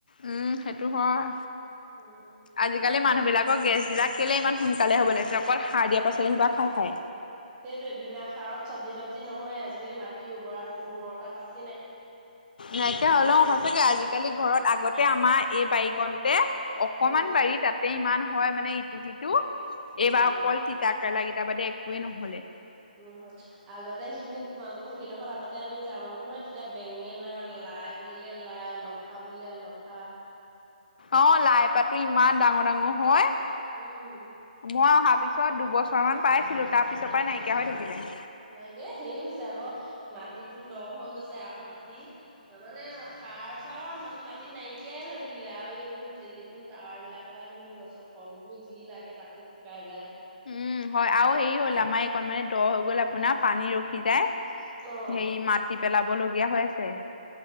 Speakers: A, on the left; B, on the right.
A: উম সেইটো হয়
B: উম,
A: আজিকালি। মানুহবিলাকৰ গেছবিলাক কেলে ইমান সোনকালে হ'ব লাগিছে অকল সাৰ দিয়া পাচলি হোপা খাই খাই
B: সেইটোয়ে বিনা সাৰত চব্জি তবজি নহয়। আজিকালি মাটিৰ উৰ্বৰা উৰ্বৰতা শ
A: নাইকিয়া হ'লেও সচাকে আজিকালি ঘৰত আগতে আমাৰ এই বাৰীকণ অকমান
B: উম,
A: বাৰি তাতে ইমান হয় মানে ইটো সিটো
B: উম,
A: এইবাৰ অকল তিতা কেৰেলা কেইটা বাদে একোৱে নহ'লে।
B: নহয় আগতে সেইখিনি তোমালোকৰ সেইডোখৰত আগতে আমি যাওঁ‌ নহয় তেতিয়া বেঙেনা, লাই বুলিলে লাই লফা বুলিলে লফা
A: অ' লাই পাতো ইমান ডাঙৰ ডাঙৰ হয়।
B: উম,
A: মই অহা তাৰ পিছত দুবছৰমান পাইছিলো। তাৰ পিছৰ পৰাই নাইকিয়া হৈ থাকিলে।
B: নাইকিয়া হেৰি হৈছে আকৌ মাটিটো দ হৈ গৈছে। আকৌ মাটি মানে সাৰ চাৰ মানি মাটি নাইকিয়াই হৈ থাকিলে আৰু এইবোৰ টেলিফোন টাৱাৰবিলাকৰ পৰা ধৰি লও গছৰ ফ ফলবোৰ যি লাগে তাকো শুকাই যায়।
A: উম হয় আৰু হেৰি হ'ল আমাৰ এইকণ মানে দ হৈ গ'ল আপোনাৰ পানী ৰখি যায়।
B: অ'।
A: সেই মাটি পেলাব লগীয়া হৈ আছে।